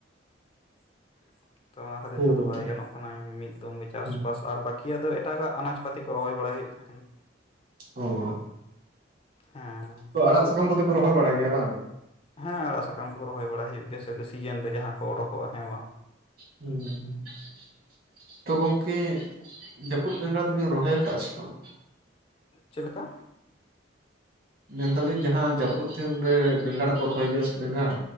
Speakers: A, on the left; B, on the right.
A: <inaudible> ᱛᱚ ᱚᱱᱟ ᱠᱷᱟᱹᱛᱤᱨ
B: ᱦᱳᱭᱛᱚ
A: ᱛᱮᱫᱚ ᱵᱟᱭ ᱜᱟᱱᱚᱜ ᱠᱟᱱᱟ ᱢᱤᱫ ᱫᱚᱢ ᱜᱮ ᱪᱟᱥᱵᱟᱥ
B: ᱦᱩᱸ
A: ᱟᱨ ᱵᱟᱠᱤ ᱮᱭᱟ ᱟᱫᱚ ᱮᱴᱟᱜᱟᱜ ᱟᱱᱟᱡ ᱯᱟᱹᱛᱤ ᱠᱚ ᱨᱚᱦᱚᱭ ᱵᱟᱲᱟᱭ ᱦᱩᱭᱩᱜ ᱛᱟᱦᱮᱸᱱ
B: ᱚᱦᱚ
A: ᱦᱮᱸ
B: ᱛᱚ ᱟᱲᱟᱜ ᱥᱟᱠᱟᱢ ᱠᱚ ᱛᱚᱯᱮ ᱨᱚᱦᱚᱭ ᱵᱟᱲᱟᱭ ᱜᱮᱭᱟ ᱵᱟᱝ
A: ᱦᱮᱸ ᱟᱲᱟᱜ ᱥᱟᱠᱟᱢ ᱠᱚᱫᱚ ᱨᱚᱦᱚᱭ ᱵᱟᱲᱟᱭ ᱦᱩᱭᱩᱜ ᱜᱮᱭᱟ ᱥᱮ ᱥᱤᱡᱤᱱ ᱨᱮ ᱡᱟᱦᱟᱸ ᱠᱚ ᱚᱰᱳᱠᱚᱜᱼᱟ ᱦᱮᱸ ᱵᱟᱝ
B: ᱦᱮᱸ <inaudible> ᱛᱚ ᱜᱚᱝᱠᱮ ᱡᱟᱹᱯᱩᱫ ᱵᱮᱸᱜᱲᱟ ᱫᱚᱵᱮᱧ ᱨᱚᱦᱚᱭ ᱟᱠᱟᱫᱼᱟ ᱥᱮ ᱵᱟᱝ
A: ᱪᱮᱫ ᱞᱮᱠᱟ
B: ᱢᱮᱱᱫᱟᱞᱤᱧ ᱡᱟᱦᱟᱸ ᱡᱟᱹᱯᱩᱫ ᱫᱤᱱ ᱨᱮ ᱵᱮᱸᱜᱟᱲ ᱠᱚ ᱨᱚᱦᱚᱭ ᱜᱮᱭᱟ ᱥᱮ ᱵᱮᱸᱜᱟᱲ